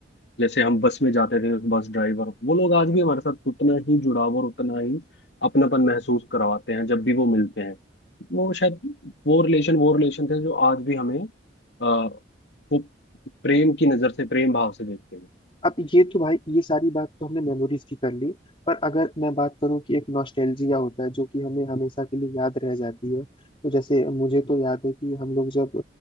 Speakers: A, on the left; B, on the left.
A: जैसे हम बस में जाते थे उस बस ड्राइवर वो लोग आज भी हमारे साथ उतना ही जुड़ाव और उतना ही अपनापन महसूस करवाते हैं जब भी वो मिलते हैं वो शायद वो रिलेशन वो रिलेशन थे जो आज भी हमें आ, वो प्रेम की नजर से प्रेम भाव से देखते हैं
B: अब ये तो भाई ये सारी बात तो हमने मेमोरीज की कर ली पर अगर मैं बात करूं कि एक नॉस्टैल्जिया होता है जो कि हमें हमेशा के लिए याद रह जाती है तो जैसे मुझे तो याद है कि हम लोग जब